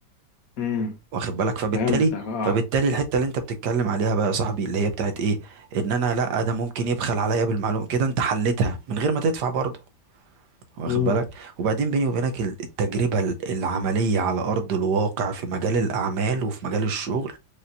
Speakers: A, on the left; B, on the right.
A: امم
B: واخد بالك فبالتالي
A: فهمتك اه
B: فبالتالي الحته اللي انت بتتكلم عليها بقى يا صاحبي اللي هي بتاعت ايه ان انا لا ده ممكن يبخل عليا بالمعلومه كده انت حلتها من غير ما تدفع برضه واخد
A: مم.
B: بالك وبعدين بيني وبينك ال- التجربه ال- العمليه على ارض الواقع في مجال الاعمال وفي مجال الشغل